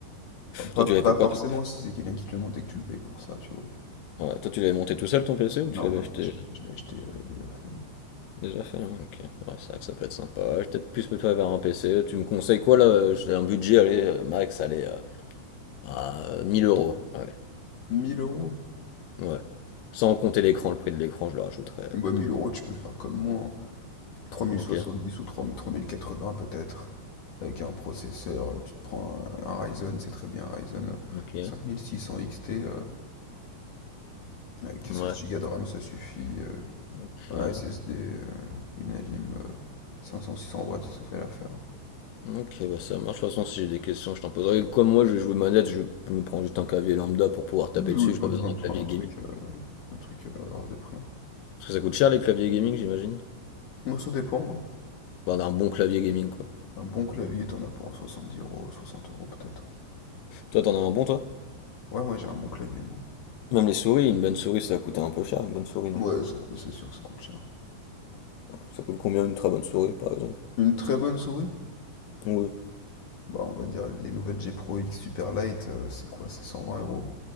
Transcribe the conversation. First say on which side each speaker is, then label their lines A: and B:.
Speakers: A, on the left; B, on the left.
A: Enfin, pas,
B: Toi, tu
A: pas
B: l'avais fait quoi?
A: forcément
B: tu-
A: si c'est quelqu'un qui te le monte et que tu le payes pour ça, tu vois.
B: ouais, Toi, tu l'avais monté tout seul, ton PC, ou tu
A: Non,
B: l'avais
A: moi,
B: acheté
A: je, l'ai je l'ai acheté euh, déjà fait, moi.
B: déjà fait? hein Ok. Ouais, c'est vrai que ça peut être sympa. Ouais, Je vais peut-être plus me tourner vers un PC. Tu me conseilles quoi, là? J'ai un budget, allez, euh, max, allez, euh, à 1000 euros. Allez.
A: 1000 euros.
B: Ouais. Sans compter l'écran, le prix de l'écran, je le rajouterai euh,
A: Bah,
B: plus
A: 1000
B: tard.
A: euros, tu peux faire comme moi. hein.
B: Ok,
A: dix ou trois trois mille trois mille quatre-vingts peut-être. Avec un processeur, euh, tu te prends un, un Ryzen, c'est très bien, un Ryzen euh,
B: ok,
A: 5600 XT. euh, avec 16
B: ouais,
A: Go de RAM, ça suffit. euh,
B: ok,
A: Un SSD, euh, une Alim euh, 500-600 watts, ça fait l'affaire. hein.
B: ok, bah ça marche. De toute façon, si j'ai des questions, je t'en poserai. Comme moi, je vais jouer manette, je, je me prends juste un clavier lambda pour pouvoir taper
A: Oui, oui,
B: dessus,
A: pas
B: j'ai pas
A: besoin
B: besoin
A: de
B: d'un
A: prendre
B: clavier
A: un
B: gaming.
A: truc, euh, un truc euh, hors de prix. hein.
B: Parce que ça coûte cher les claviers gaming, j'imagine.
A: Moi, ça dépend. hein.
B: Enfin, d'un bon clavier gaming, quoi.
A: Un bon clavier, t'en as pour 70 euros, 60 euros peut-être.
B: Toi, t'en as un bon, toi?
A: Ouais, moi, j'ai un bon clavier, moi.
B: Même les souris, une bonne souris, ça coûte un peu cher, une bonne souris, non?
A: Ouais, ça coûte- c'est sûr que ça coûte cher.
B: Ça coûte combien une très bonne souris, par exemple?
A: Une très bonne souris?
B: Oui,
A: Bah, on va dire les nouvelles G Pro X Super Light, euh, c'est quoi? C'est 120 euros?